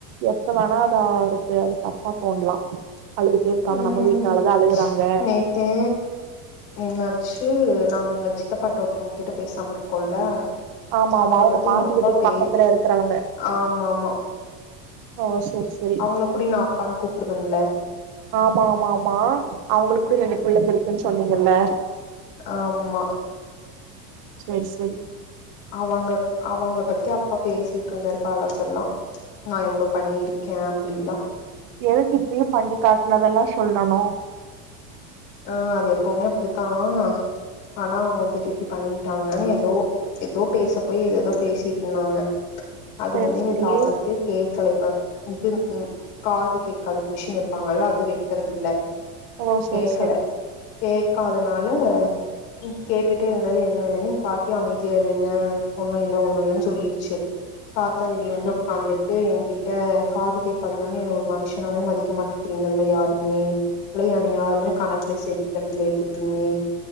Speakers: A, on the right (about 60°); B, on the left (about 75°).
A: எப்ப வேணா ந்தாளுக்கு அது தப்பா தோணலா அழுதுட்டே இருக்காங்க
B: ம்
A: நம்ம வீட்னாலதா அழுகுறாங்க
B: நேத்து என்னாச்சு நாங்க இங்க சித்தப்பாட்ட ஒருத்தவங்க கிட்ட பேசாம இருக்கோல்ல
A: ஆமாமா
B: அவங்கள
A: அவங்க
B: பத்தி
A: பாட்டி
B: எங்க அப்பா
A: வீட்டுக்கு
B: பே
A: பக்கத்துல இருக்கிறவங்க
B: ஆமா ஆமா
A: ஓ செர் செரி
B: அவங்கள கூடி நா அப்பான்னு கூப்பிடுவேன்ல
A: ஆமா ஆமா ஆமா அவங்களுக்கு கூட ரெண்டு பிள்ளைங்க இருக்குன் சொன்னிங்கல்ல.
B: ஆமா
A: செரி செரி
B: அவங்க அவங்கள பத்தி அப்பா பேசிட்ருந்தாரு பழசெல்லா நா எவ்ளோ பண்ணிருக்கே அப்படிலா
A: எதுக்கு இப்பயு பண்ணி காட்டுனதெல்லா சொல்லணு
B: ஆஹ் அது எப்பவுமே அப்படித்தான் ஆனா அவங்க வந்துட்டு இப்படி பண்ணிட்டாங்கன்னு ஏதோ ஏதோ பேசப்பய் ஏத ஏதோ பேசிட்டு இருந்தாங்க. அது
A: செரி
B: வந்து எங்க
A: செரி
B: தாதாக்கு கேக் கலைப்பா இது உம் காது கேட்காதுக்கு மிஷின் வைப்பாங்கல்ல அது வைக்கறிறது இலல்
A: ஓ சரி சரி
B: க்கல கேட்காதுன. அதனால நீ கேட்டுட்டு இருந்தால என்னனன்னு பாட்டி அமைதியா இருங்க. ஒன்னும் இல்ல ஒன்னும் இல்லைன்னு சொல்லிருச்சு காத்தா வெளியே வந்து உட்காந்துட்டு என்கிட்ட காது கேட்காதுனாலும் ஒரு மனுஷனாவே மதிக்க மாட்டேக்கிறீங்கல்ல. யாருமே இல்ல என்னை யாருமே காணக்கல சேத்தக்கந்துல தலுமே